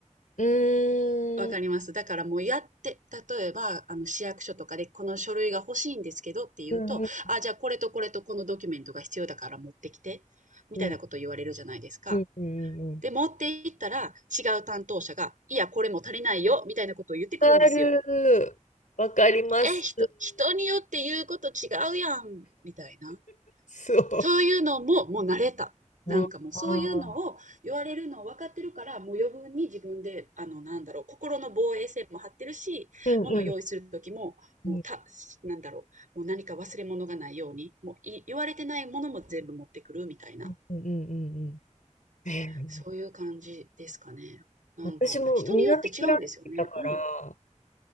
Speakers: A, on the left (about 80°); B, on the right (about 85°).
A: うーん。
B: わかります。だからもうやって、例えば、あの、市役所とかでこの書類が欲しいんですけどって言うと、
A: うんうん
B: あ、じゃあこれとこれとこのドキュメントが必要だから持ってきて、みたいなこと言われるじゃないですか。
A: うん。うんうんうん。
B: で、持って行ったら違う担当者が、いや、これも足りないよ、みたいなことを言ってくるんですよ。
A: わかる。わかります。
B: え、人、人によって言うこと違うやん、みたいな。
A: そ
B: そういうのも、もう慣れた。なんかもうそういうのを言われるのを分かってるから、
A: う。ああ。
B: もう余分に自分で、あの、なんだろう、心の防衛線も張ってるし、
A: うんうん。
B: 物を用意する時も、もうた、
A: うん
B: なんだろう、もう何か忘れ物がないように、もうい言われてないものも全部持ってくるみたいな、
A: うんうんうん。うんえー
B: そういう感じですかね。なんか、
A: 私も南フランスだから、
B: 人によって違うんですよね。うん。